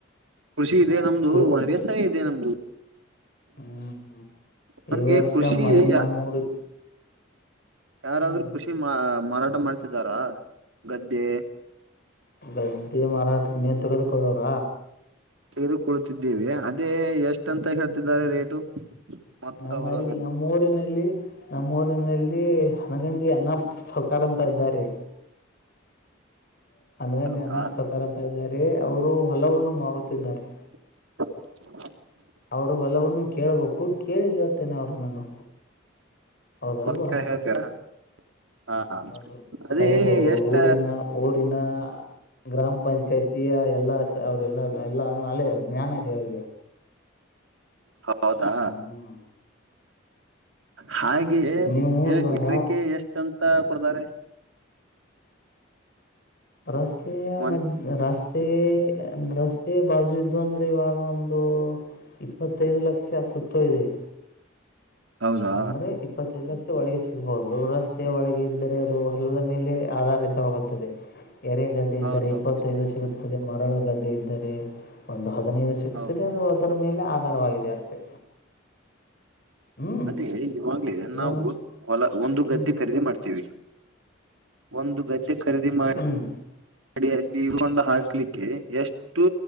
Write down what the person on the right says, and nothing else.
ಕೃಷಿ ಇದೆ ನಮ್ದು
ವ್ಯವಸಾಯ ಇದೆ ನಮ್ದು
ನಮ್ಗೆ
ಕೃಷಿ
ಇಯಾ
ಯಾರಾದ್ರೂ
ಖುಷಿ ಮಾಮಾರಾ ಟ ಮಾಡ್ತಿದ್ದಾರಾ ಗದ್ದೆ
ತೆಗೆದುಕೊಳ್ಳತಿದ್ದೇವಿ ಅದೇ ಎಷ್ಟ ಅಂತ ಹೇಳ್ತಿದ್ದಾರೆ ರೇಟು ಮತ್ತ
ಅವರ
ಹೌದಾ
<inaudible>
ಪಕ್ಕಾ ಹೇಳ್ತೀರಾ ಹಾ ಹಾ
ಅದೇ
ಎಷ್ಟ
ಹೌದಾ
ಹಾಗೆಯ
ಎಕ್ರಿಕೆ ಎಷ್ಟ ಅಂತ ಕೊಡ್ತಾರೆ
ಒಂದ
ಹೌದಾ
ಹೌದೌದು
ಹೌದು
ಅದೇ ಇವಾಗ್ಲೇ
ನಾವು ಹೊಲ ಒಂದು
ಗದ್ದೆ ಖರೀದಿ ಮಾಡ್ತೇವಿ ಒಂದು ಗದ್ದೆ ಖರೀದಿ ಮಾಡಿ
ಅಡಿಯಲ್ಲಿ ಇಕೊಂಡು ಹಾಕ್ಲಿಕ್ಕೆ ಎಷ್ಟು